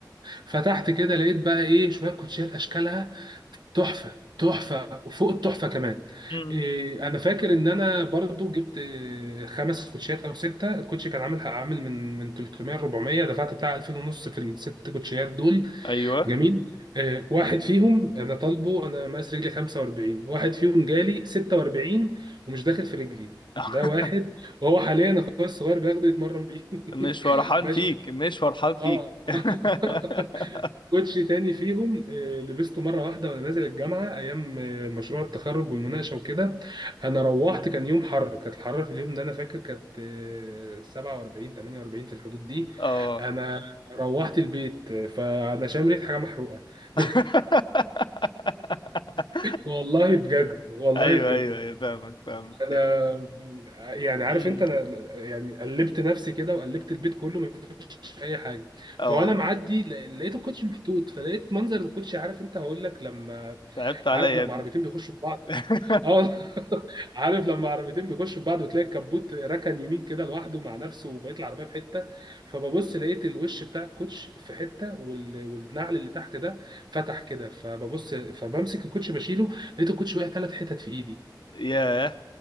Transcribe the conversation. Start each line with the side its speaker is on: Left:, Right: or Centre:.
Right: ففتحت كده لقيت بقى ايه شويه كوتشيات اشكالها تحفه تحفه وفوق التحفه كمان
Left: مم.
Right: إيه انا فاكر ان انا برضو جبت إيه، خمس كوتشيات او سته الكوتشي كان عامل عامل من من 300 400 دفعت بتاع 2000 ونص في الست كوتشيات دول
Left: ايوه
Right: جميل آه، واحد فيهم انا طالبه انا مقاس رجلي 45 واحد فيهم جالي 46 ومش داخل في رجلي
Left: <laughs>
Right: ده واحد وهو حاليا اخويا الصغير بياخده يتمرن بيه <laughs>
Left: مش فرحان
Right: ماشي
Left: فيك مش فرحان فيك
Right: اه <laughs>
Left: <laughs>
Right: كوتشي تاني فيهم آه، لبسته مرة واحدة وأنا نازل الجامعة أيام آه، مشروع التخرج والمناقشة وكده أنا روحت كان يوم حر كانت الحرارة في اليوم ده أنا فاكر كانت آه، 47 48 في الحدود دي
Left: اه
Right: أنا روحت البيت آه، فأنا شام ريحة حاجة محروقة <laughs>
Left: <laughs>
Right: والله بجد والله
Left: ايوه
Right: بجد
Left: ايوه ايوه فاهمك فاهمك
Right: أنا يعني عارف
Left: مم.
Right: أنت أنا يعني قلبت نفسي كده وقلبت البيت كله اي حاجه
Left: اه
Right: فانا معدي ل- لقيت الكوتش محطوط فلقيت منظر الكوتش عارف انت هقول لك لما
Left: تعبت عليا
Right: عارف
Left: يا
Right: لما
Left: ابني
Right: عربيتين بيخشوا في بعض
Left: <laughs>
Right: اه والله. <laughs> عارف لما عربيتين بيخشوا في بعض وتلاقي الكبوت ركن يمين كده لوحده مع نفسه وبقيت العربيه في حته فببص لقيت الوش بتاع الكوتش في حته وال... والنعل اللي تحت ده فتح كده فببص فبمسك الكوتش بشيله لقيت الكوتش وقع ثلاث حتت في ايدي
Left: ياه